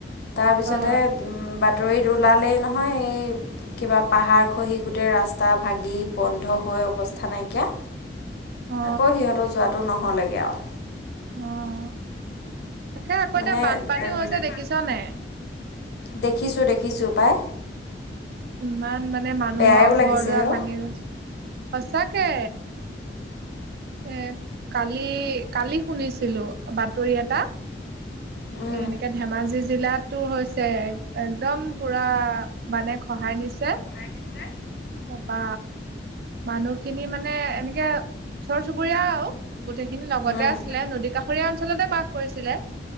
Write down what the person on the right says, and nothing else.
অ
অ
অ' তাকে আকৌ
এতিয়া বানপানীও
হৈছে দেখিছ নে?
কিমান মানে মানুহৰ
ঘৰ
দুৱাৰ
ভাঙি গৈছে, সচাকে। এ, কালি কালি শুনিছিলোঁ বাতৰি এটা।
এই এনেকে ধেমাজি জিলাতো হৈছে, একদম পুৰা মানে খহায় নিছে।
তাৰাপা মানুহখিনি মানে এনেকে ওচৰ চুবুৰীয়া আৰু গোটেইখিনি লগতে
আছিলে, নদী কাষৰীয়া অঞ্চলতে বাস কৰিছিলে।